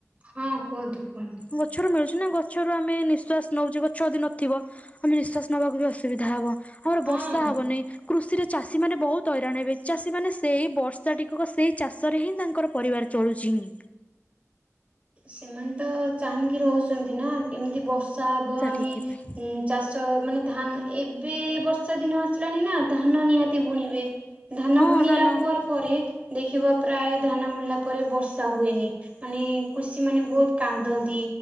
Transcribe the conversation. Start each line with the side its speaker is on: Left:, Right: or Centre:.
Right: ହଁ କୁହନ୍ତୁ କୁହନ୍ତୁ
Left: ଗଛରୁ ମିଳୁଛି ନା ଗ ଗଛରୁ ଆମେ ନିଶ୍ୱାସ ନଉଛେ ଗଛ ଯଦି ନଥିବ ଆମେ ନିଶ୍ୱାସ ନବାକୁ ବି ଅସୁବିଧା ହବ। ଆମର
Right: ହଁ
Left: ବର୍ଷା ହବନି କୃଷିରେ ଚାଷୀମାନେ ବହୁତ ହଇରାଣ ହେବେ ଚାଷୀମାନେ ସେଇ ବର୍ଷାଟିକ ସେଇ ଚାଷରେ ହିଁ ତାଙ୍କର ପରିବାର ଚଳୁଛି। ହିଁ।
Right: ସେମାନେ ତ ଚାହିଁକି ରହୁଛନ୍ତି ନା କେମତି ଯଦି ବର୍ଷା ହବ ଆମେ
Left: ଟିକେ
Right: ଇ
Left: ପାଇଁ
Right: ଚାଷ ମାନେ ଧାନ ଏବେ ବର୍ଷା ଦିନ ଆସିଲାଣି ନା ଧାନ ନିହାତି ବୁଣିବେ। ଧାନ
Left: ହଁ
Right: ବୁଣିଲା
Left: ଧନ
Right: ପରେ ପରେ ଦେଖିବ ପ୍ରାୟ ଧାନ ବୁଡ଼ିଲା ପରେ ବର୍ଷା ହୁଏନି ମାନେ କୃଷି ମାନେ ବହୁତ କାନ୍ଦନ୍ତି